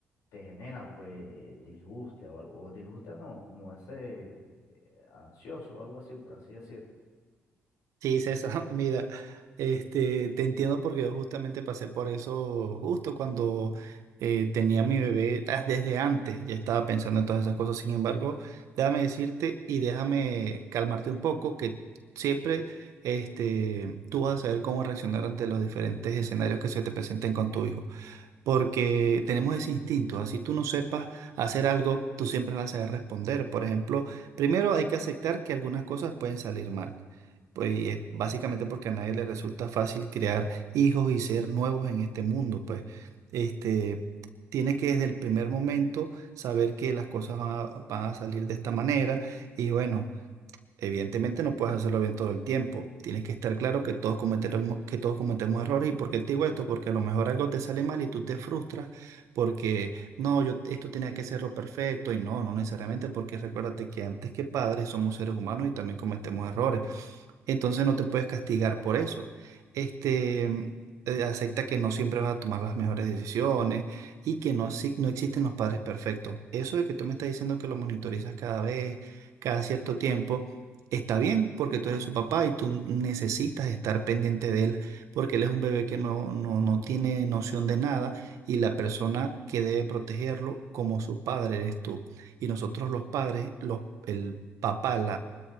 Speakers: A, on the left; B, on the right.
A: te genera pues disguste o algo, o disguste no, como ese eh, ansioso o algo así, por así decirlo.
B: Sí, César, <laughs> mira, este, te entiendo porque yo justamente pasé por eso justo cuando eh, tenía mi bebé, ah, desde antes ya estaba pensando en todas esas cosas. Sin embargo, déjame decirte y déjame calmarte un poco que siempre este, tú vas a saber cómo reaccionar ante los diferentes escenarios que se te presenten con tu hijo. porque tenemos ese instinto. Así tú no sepas hacer algo, tú siempre vas a saber responder. Por ejemplo, primero hay que aceptar que algunas cosas pueden salir mal. Pues y es básicamente porque a nadie le resulta fácil crear hijos y ser nuevos en este mundo. Pues este, tienes que desde el primer momento saber que las cosas van a, van a salir de esta manera y bueno. Evidentemente no puedes hacerlo bien todo el tiempo. Tienes que estar claro que todos cometemos, que todos cometemos errores. ¿Y por qué te digo esto? Porque a lo mejor algo te sale mal y tú te frustras porque no, yo esto tenía que serlo perfecto y no, no necesariamente porque recuérdate que antes que padres somos seres humanos y también cometemos errores. Entonces no te puedes castigar por eso. Este, eh, acepta que no siempre vas a tomar las mejores decisiones y que no, exi- no existen los padres perfectos. Eso de que tú me estás diciendo que lo monitorizas cada vez, cada cierto tiempo, está bien porque tú eres su papá y tú necesitas estar pendiente de él porque él es un bebé que no, no, no tiene noción de nada y la persona que debe protegerlo como su padre eres tú. Y nosotros los padres, los, el papá,